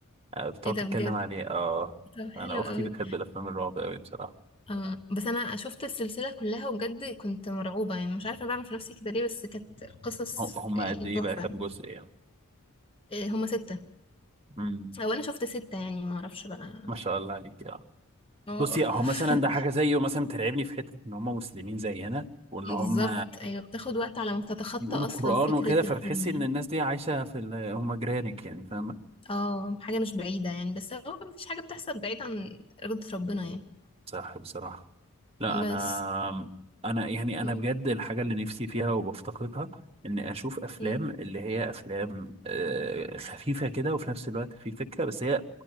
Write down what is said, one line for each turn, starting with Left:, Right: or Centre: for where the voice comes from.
Right: آه، بتقعد
Left: ايه ده
Right: تتكلم
Left: بجد
Right: عليه اه
Left: طب حلو
Right: انا اختي
Left: قوي
Right: بتحب الافلام الرعب قوي بصراحه
Left: اه بس انا شفت السلسله كلها وبجد كنت مرعوبه يعني مش عارفه بعمل في نفسي كده ليه بس كانت قصص
Right: هم هم
Left: يعني
Right: قد ايه
Left: تحفه
Right: بقى كام جزء يعني
Left: آه، هم سته
Right: مم.
Left: او انا شفت سته يعني ما اعرفش بقى
Right: ما شاء الله عليك اه
Left: اه
Right: بصي اهو مثلا
Left: <laughs>
Right: ده حاجه زيه مثلا بترعبني في حته ان هم مسلمين زينا وان
Left: بالظبط
Right: هم
Left: ايوه بتاخد وقت على ما تتخطى
Right: بيقولوا
Left: اصلا
Right: قران
Left: فكره
Right: وكده فبتحسي
Left: الفيلم
Right: ان
Left: يعني.
Right: الناس دي عايشه في ال... هم جيرانك يعني فاهمه
Left: اه حاجة مش بعيدة يعني بس هو مفيش حاجة بتحصل بعيد عن إرادة ربنا يعني
Right: صح بصراحه لا انا
Left: بس
Right: انا يعني انا
Left: م-
Right: بجد الحاجه اللي نفسي فيها وبفتقدها اني اشوف افلام
Left: م-
Right: اللي هي افلام آه، خفيفه كده وفي نفس الوقت في فكره بس هي